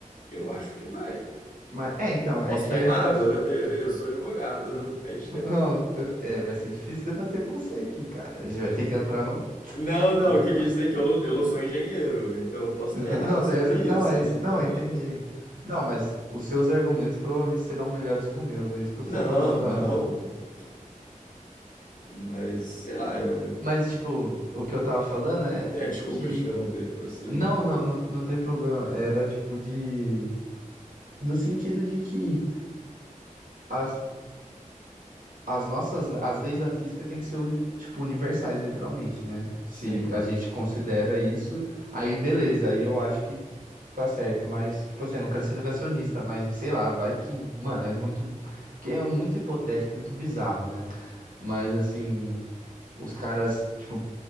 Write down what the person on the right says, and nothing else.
Mas, é, então, é
que
é
tipo assim.
Não, eu- é, vai ser difícil debater com você aqui, cara. A gente vai ter que entrar no.
no-
Então,
não, tá
exa-
não, é isso.
Não, eu
entendi. Não, mas os seus argumentos provavelmente serão melhores que os meus, é isso que
eu estou falando. Não,
não.
Mas, tipo, o que eu tava falando é
que.
Não, não, não, não tem problema. Era tipo de. Do sentido de que as As nossas, as leis da física têm que ser, uni- tipo, universais, literalmente, né? Se
a gente considera isso, aí beleza, aí eu acho que tá certo, mas, tipo assim, eu não quero ser negacionista, mas sei lá, vai que, mano, é muito, que é muito hipotético, muito bizarro, né? Mas, assim, os caras, tipo,